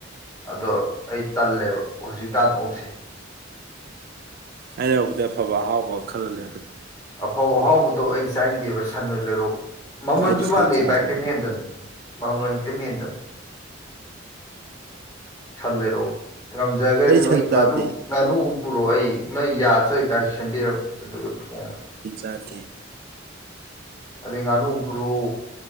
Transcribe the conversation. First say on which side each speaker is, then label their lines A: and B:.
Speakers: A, on the left; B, on the right.
A: ꯑꯗꯣ ꯑꯩ ꯇꯜꯂꯦꯕ ꯍꯧꯖꯤꯛꯀꯥꯟ ꯑꯣꯛꯁꯦ
B: ꯑꯩ ꯂꯩꯔꯕꯗ ꯑꯐꯕ ꯑꯍꯥꯎꯕ ꯈꯜꯍꯜꯂꯦ
A: ꯑꯐꯥꯎ ꯑꯍꯥꯎꯕꯗꯣ ꯑꯩ ꯆꯥꯏ ꯗꯦꯕ ꯁꯟꯅ ꯂꯩꯔꯛꯑꯣ ꯃꯃꯜꯁꯨ
B: ꯑꯩꯗꯤ ꯁꯟ
A: ꯃꯥꯟꯅꯩ
B: ꯆꯥꯗꯦ
A: ꯕꯥꯏ ꯀꯩꯝ ꯍꯦꯟꯗꯅ ꯃꯃꯜ ꯀꯩꯝ ꯍꯦꯟꯗꯅ ꯁꯟ ꯂꯩꯔꯣꯕ ꯉꯝꯖꯒ
B: ꯑꯩꯗꯤ
A: ꯅꯣꯏ
B: ꯁꯟ
A: ꯉꯥꯅꯨ
B: ꯆꯥꯗꯦ
A: ꯉꯥꯅꯨ ꯄꯨꯔꯛꯑꯣ ꯑꯩ ꯅꯣꯏ ꯌꯥꯆꯔꯤ ꯀꯥꯏꯅ ꯁꯦꯝꯕꯤꯔꯝ ꯑꯗꯨꯒ ꯊꯣꯡꯈ꯭ꯔꯦ
B: ꯍ ꯆꯥꯗꯦ
A: ꯑꯗꯤ ꯉꯅꯨ ꯏꯕ꯭ꯔ